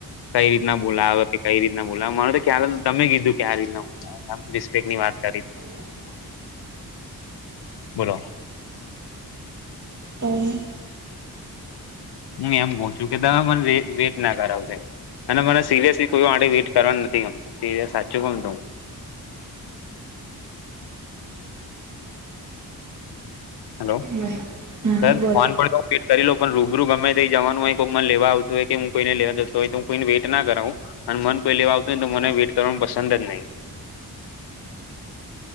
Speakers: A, on the left (about 80°); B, on the right (about 50°).
A: કઈ રીતના બોલાવો કઈ રીતના બોલાવો મને તો ક્યા તમે કીધું કે આ રીતના બોલા રિસ્પેકની વાત કરી
B: <inaudible>
A: બોલો
B: તો.
A: હું એમ ગ છું કે તમે મ વેટ ના કરાવશે. અને મને સિરિયસલી કોઈ આેઇટ કરવાનું નથી ગમતું સિરિયસ સાચું ગમતું હું. હલો
B: નઈ હમ
A: સર
B: બોલો
A: ફોન વેટ કરી લો પણ રૂબરૂ ગમેઈ જવાનું હોય કોઈમાં લેવા આવતું હોય કે હું કોઈને લેવા જતો હોય તો હું કોઈને વેટ ના કરાવું. અને મન કોઈ લેવા આવતું હોયને તો મને વેઇટ કરવાનું પસંદ જ નહી.